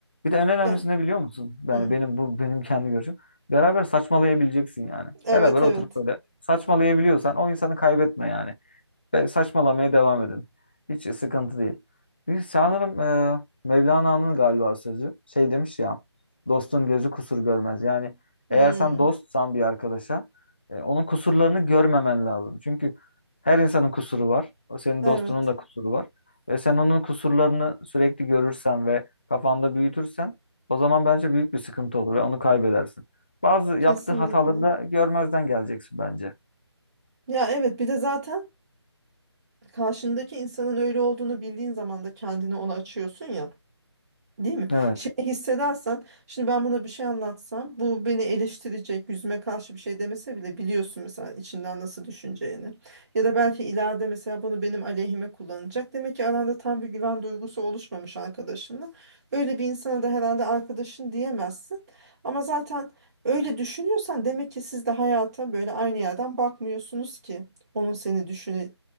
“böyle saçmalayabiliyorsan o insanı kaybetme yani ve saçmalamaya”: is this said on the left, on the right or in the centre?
Left